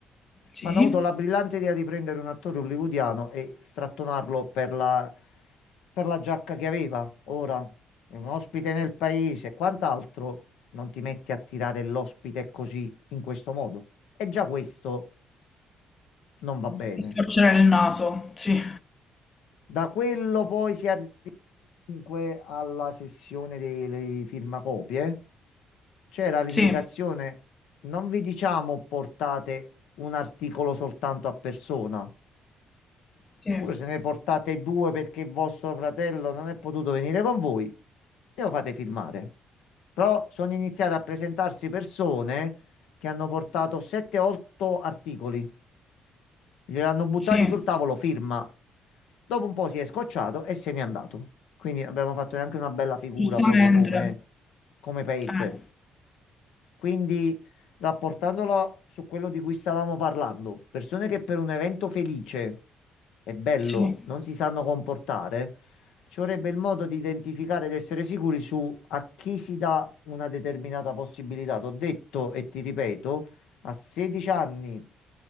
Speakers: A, on the left; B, on the left.
A: sì,
B: ma hanno avuto la brillante idea di prendere un attore hollywoodiano e strattonarlo per la per la giacca che aveva. Ora è un ospite nel paese, e quant'altro. Non ti metti a tirare l'ospite così, in questo modo. E già questo non va bene.
A: Mi storcere il naso, sì,
B: Da quello poi si arriva comunque alla sessione delle firmacopie. C'era l'indicazione,
A: sì,
B: non vi diciamo portate un articolo soltanto a persona.
A: sì,
B: Pure se ne portate due perché vostro fratello non è potuto venire con voi, e lo fate firmare. Però sono iniziate a presentarsi persone che hanno portato 7-8 articoli, gliel'hanno buttati
A: sì, sì,
B: sul tavolo, firma. Dopo un po' si è scocciato e se n'è andato. Quindi abbiamo fatto neanche una bella figura
A: giustamente,
B: proprio come, come paese.
A: eh,
B: Quindi, rapportandolo su quello di cui stavamo parlando, persone che per un evento felice e bello
A: sì,
B: non si sanno comportare, ci vorrebbe il modo di identificare ed essere sicuri su a chi si dà una determinata possibilità. T'ho detto e ti ripeto, a 16 anni,